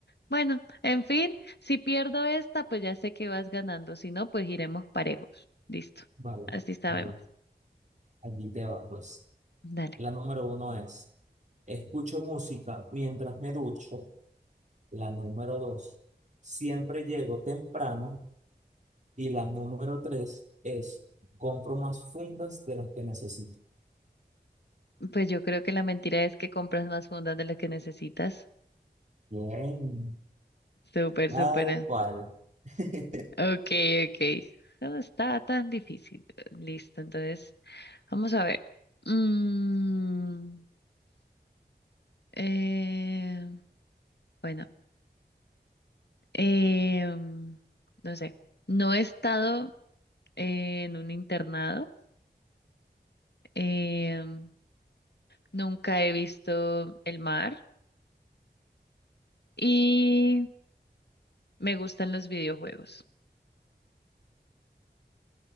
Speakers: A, on the left; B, on the right.
A: Bueno, en fin, si pierdo esta, pues ya sé que vas ganando. Si no, pues iremos parejos. Listo.
B: Vale,
A: Así sabemos.
B: vale. Allí te va, pues.
A: Dale.
B: La número uno es, escucho música mientras me ducho La número dos, siempre llego temprano. Y la número tres es, compro más fundas de las que necesito.
A: Pues yo creo que la mentira es que compras más fundas de lo que necesitas.
B: Bien,
A: Súper,
B: tal
A: súper. eh.
B: cual. <laughs>
A: Ok, ok. No está tan difícil. Listo, entonces, vamos a ver. Mm, eh, bueno, em, no sé. No he estado en un internado. em, Nunca he visto el mar y me gustan los videojuegos.